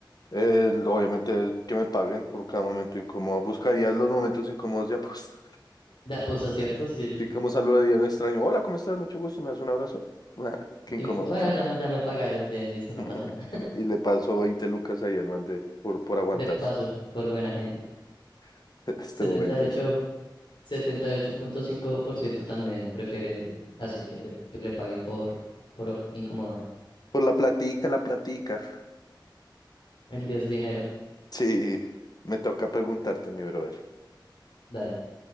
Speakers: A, on the left; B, on the left.
A: Eh, obviamente que me paguen por cada momento incómodo. Buscaría los momentos incómodos de aposta.
B: De apuesta, ¿cierto?
A: <laughs>
B: Sí.
A: Así como saludaría a un extraño. Hola, ¿cómo estás? Mucho gusto. ¿Me das un abrazo? <laughs> Ah, Qué
B: Y,
A: incómodo.
B: bueno, ya me, ya me pagaron. Bien, listo,
A: <laughs>
B: no pasa nada.
A: Y le paso 20 lucas ahí al man de, por,
B: <laughs>
A: por aguantarse.
B: De paso, por buena gente.
A: <laughs> Estuvo
B: setenta
A: buena
B: y ocho
A: esa.
B: setenta y ocho punto cinco por ciento también prefiere así que le, que le paguen por, por incomodar.
A: Pues la platica, la platica.
B: El diez dinero.
A: Sí, me toca preguntarte, mi brother.
B: Dale.